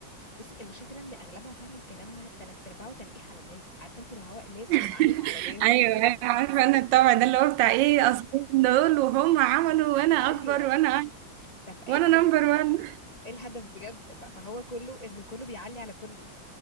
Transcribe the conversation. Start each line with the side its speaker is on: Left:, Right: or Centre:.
Left: بصي المشكله ان اغلبها فعلا كلامها تلات ارباعه تلقيح على الناس عارفه انت اللي هو الناس
Right: <laughs>
Left: بتعلي على ناس
Right: ايوه أيوة، عارفه انا الطبع ده اللي هو بتاع ايه اصلين دول وهم عملوا
Left: <laughs>
Right: وانا
Left: ايوه
Right: اكبر وانا
Left: طب ايه
Right: وانا
Left: الهدف
Right: نمبر وان
Left: ايه الهدف بجد ف- فهو كله ان كله بيعلي على كله ف-